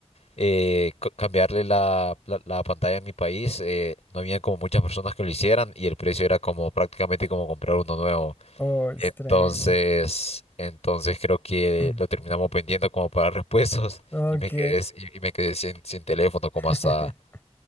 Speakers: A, on the left; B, on the left.
A: eh, ca- cambiarle la, la, la pantalla en mi país, eh, no había como muchas personas que lo hicieran y el precio era como prácticamente como comprar uno nuevo.
B: Oh, es
A: Entonces,
B: tremendo.
A: entonces creo que
B: <clears throat>
A: lo terminamos vendiendo como para repuestos <laughs>
B: Ok.
A: y me quedé, s- y, y me quedé sin, sin teléfono como
B: <laughs>
A: hasta,